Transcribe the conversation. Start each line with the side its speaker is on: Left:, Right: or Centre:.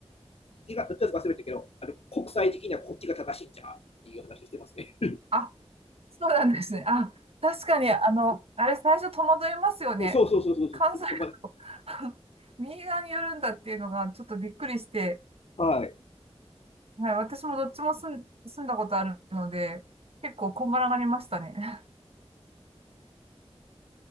Left: 右側、どっちか忘れたけど、あの国際的にはこっちが正しいんじゃ、っていう話してますね。
Right: ーそうなんですね。あ、確かに、あの、あれ最初戸惑いますよね。
Left: <laughs> そうそうそうそう。
Right: 関西の
Left: そう
Right: 右側に寄るんだっていうのがちょっとびっくりして、
Left: はい。
Right: はい、私もどっちも住ん、住んだことあるので、結構こんがらがりましたね。<laughs>